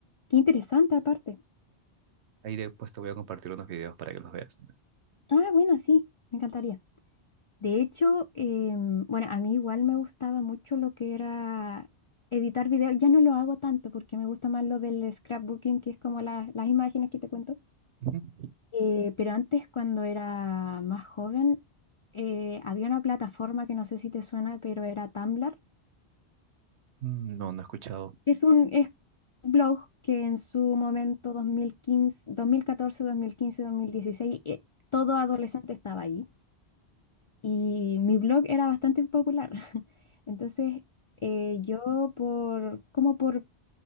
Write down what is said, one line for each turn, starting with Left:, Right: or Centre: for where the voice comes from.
Left: Qué interesante aparte.
Right: ahí después te voy a compartir unos videos para que los veas.
Left: Ah, bueno sí. Me encantaría. De hecho, em, bueno, a mí igual me gustaba mucho lo que era editar videos. Ya no lo hago tanto porque me gusta más lo del scrapbooking, que es como la- las imágenes que te cuento.
Right: Ujú.
Left: Eh, pero antes, cuando era más joven, eh, había una plataforma que no sé si te suena, pero era Tumblr.
Right: Mm, No, no he escuchado.
Left: Es un es un blog que en su momento dos dos dos mil catorce, dos mil quince, catorce, 2015, 2014, 2015, 2016, eh, todo adolescente estaba ahí. Y mi blog era bastante popular. <laughs> Entonces, eh, yo por, como por,